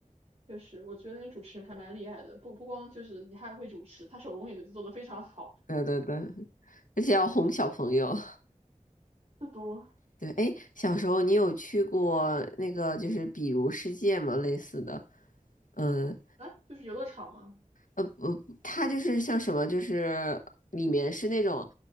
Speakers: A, on the right; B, on the left.
A: 确实，我觉得那主持人还蛮厉害的，不不光就是你还会主持，他手工也做的非常好。
B: 对对对，而且要哄小朋友。
A: 不多
B: 对，哎，小时候你有去过那个就是比如世界吗？类似的，嗯
A: 啊，就是游乐场吗？
B: 呃，它就是像什么，就是里面是那种，